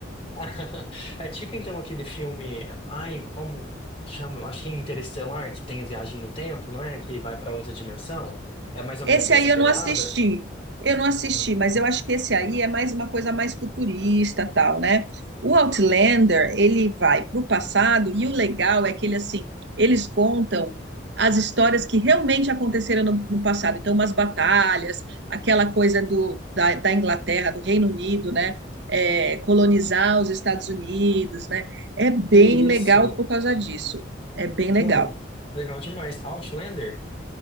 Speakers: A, on the left; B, on the right.
A: <laughs> é tipo então aquele filme, ai, como chama? Acho que é Interestelar, que tem a viagem no tempo, não é? Que vai para outra dimensão. É mais ou
B: Esse
A: menos nessa
B: aí
A: pegada?
B: eu não assisti. Eu não assisti,
A: Ah,
B: mas eu acho que esse aí é mais uma coisa mais futurista, tal, né? O Outlander, ele vai para o passado e o legal é que ele assim, eles contam as histórias que realmente aconteceram no, no passado. Então, umas batalhas, aquela coisa do, da, da Inglaterra, do Reino Unido, né? É, colonizar os Estados Unidos, né? É bem
A: Que isso?
B: legal por causa disso. É bem legal.
A: Não, legal demais. Outlander?